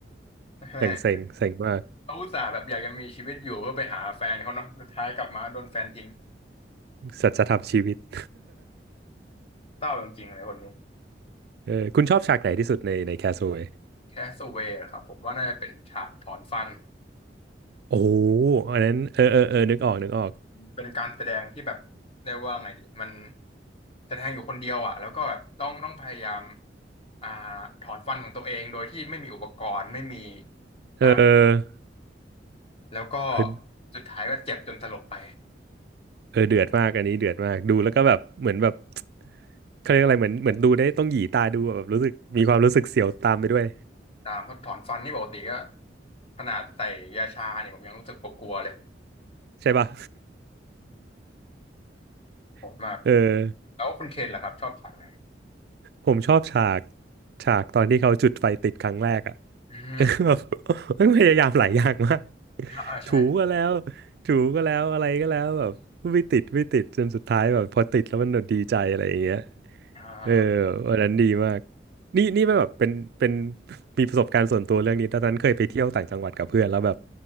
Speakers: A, on the left (about 35°); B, on the right (about 60°).
A: <laughs> แหม
B: อย่างเซ็งเซ็งมาก
A: เขาอุตส่าห์แบบอยากจะมีชีวิตอยู่เพื่อไปหาแฟนเขาเนาะสุดท้ายกลับมาโดนแฟนทิ้ง
B: สัจธรรมชีวิต <laughs>
A: เศร้าจริงๆเลยคนนี้
B: เออคุณชอบฉากไหนที่สุดในในแคสโ a เว y
A: แคสเวย์ครับผมว่าน่าจะเป็นฉากถอนฟัน
B: โอ้โหอันนั้นเออเออเออนึกออกนึกออก
A: เป็นการแสดงที่แบบเรียกว่าไงดีมันแสดงอยู่คนเดียวอ่ะแล้วก็แบบต้องต้องพยายามอ่าถอนฟันของตัวเองโดยที่ไม่มีอุปกรณ์ไม่มี
B: เออ
A: อ่าแล้วก็
B: เออ
A: สุดท้ายก็เจ็บจนสลบไป
B: เออเดือดมากอันนี้เดือดมากดูแล้วก็แบบเหมือนแบบเขาเรียกอะไรเหมือนเหมือนดูได้ต้องหยีตาดูอะแบบรู้สึกมีความรู้สึกเสียวตามไปด้วย
A: ตามเพราะถอนฟันนี่ปกติก็ขนาดใส่ยาชาเนี่ยผมยังรู้สึกกลัวๆเลย
B: ใช่ปะ
A: โหดมาก
B: <laughs> เออ
A: แล้วคุณเคนล่ะครับชอบฉากไหน
B: ผมชอบฉากฉากตอนที่เขาจุดไฟติดครั้งแรกอ่ะ
A: อืม
B: <laughs> เออแบบพยายามหลายอย่างมาก
A: อ่าใช่
B: ถูก็แล้วถูก็แล้วอะไรก็แล้วแบบไม่ติดไม่ติดจนสุดท้ายแบบพอติดแล้วมันดีใจอะไรอย่างเงี้ย
A: อ่
B: เออ
A: า
B: วันนั้นดีมากนี่นี่ไม่แบบเป็นเป็นมีประสบการณ์ส่วนตัวเรื่องนี้ตอนนั้นเคยไปเที่ยวต่างจังหวัดกับเพื่อนแล้วแบบ